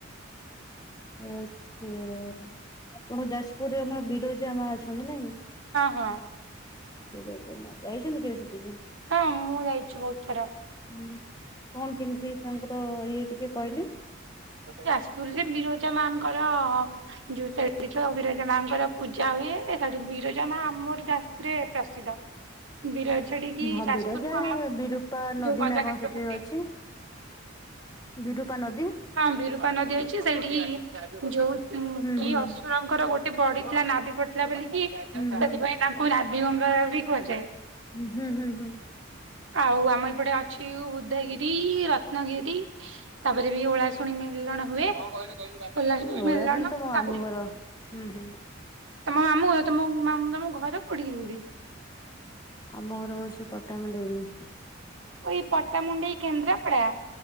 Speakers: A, on the left; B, on the right.
A: ଆଚ୍ଛା। ଓହୋ ଯାଜପୁରରେ ଆମ ବିରଜା ମାଆ ଅଛନ୍ତି ନାଇଁ
B: ହଁ
A: ବିରଜା ମାଆ। ଯାଇଛନ୍ତି କେବେ ସେଠିକି?
B: ହଁ ମୁଁ ଯାଇଛି ବୋହୁତ ଥର।
A: ହୁଁ କଣ କେମିତି ତାଙ୍କର ଇଏ ଟିକେ କହିଲେ।
B: ଯାଜପୁରରେ ବିରଜା ମାଙ୍କର ଯୋଉ <unintelligible> ଆଉ ବିରଜା ମାଙ୍କର ପୂଜା ହୁଏ ଏଠାରେ ବିରଜା ମାଆ ଆମରି ଡାକରେ ପ୍ରସିଦ୍ଧ। ବିରଜାଟିକି
A: ହଁ
B: ଯାଜପୁରକୁ
A: ବିରଜାରେ
B: ଆମର
A: ବିରୂପା ନଦୀ
B: ଯୋଉ ଗଦାକାଠିର
A: ନା କଣ ସେଠି
B: ପଟେ
A: ଅଛି। ବିରୂପା ନଦ୍
B: ହଁ ବିରୁପା ନଦୀ ହେଇଚି ସେଇଠିକି ଯୋଉ ଉଁ
A: ହୁଁ
B: କି
A: ହୁଁ
B: ଅସୁରଙ୍କର ଗୋ ଏତେ ବଢିଥିଲା ନାଭି ପଡିଥିଲା ବୋଲିକି ସେଥିପାଇଁ
A: ହୁଁ ହୁଁ
B: ତାଙ୍କୁ ନାଭିଗଙ୍ଗା ବି କୁହାଯାଏ।
A: ଉଁ ହୁଁ ହୁଁ ହୁଁ।
B: ଆଉ ଆମ ଏପଟେ ଅଛି ଉ-ଉଧୟଗିରି ରି ରତ୍ନଗିରି ତାପରେ ବି ଓଳାଶୁଣି ମିଲଣ ହୁଏ। <unintelligible>
A: ହୁଁ ଓଳାଶୁଣି ତ ମୋ ମାମୁଁ
B: ତାପରେ
A: ଘର। ହୁଁ ହୁଁ
B: ତମ ମାମୁ ତମ ମାମୁଁ <unintelligible> ତମ ଘରେ କୋଠିକି ଯିବି
A: ଆମ ଘର ହୋଉଚି ପଟାମୁଣ୍ଡେଇ।
B: ଏଇ ପଟାମୁଣ୍ଡେଇ କେନ୍ଦ୍ରାପଡା?